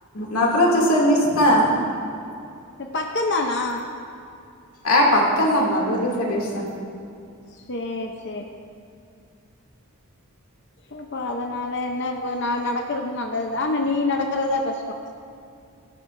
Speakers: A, on the left; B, on the left.
A: நடராஜா சர் வீஸ் தா
B: பக்கந்தானா
A: ஆ பக்கந்தா நடராஜா சர்வீஸ்தா
B: சேரி சேரி அப்போ அதனால என்ன இப்பொ ந நடக்கறது நல்லதுதா ஆனா நீ நடக்கறதா கஷ்டொ